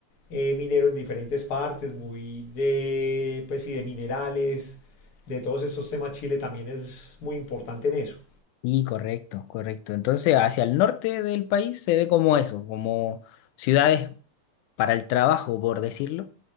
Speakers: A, on the left; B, on the left.
A: eh, minero en diferentes partes, muy de, pues, sí de minerales, de todos esos temas. Chile también es muy importante en eso.
B: Y correcto, correcto. Entonces, hacia el norte del país se ve como eso, como ciudades para el trabajo, por decirlo.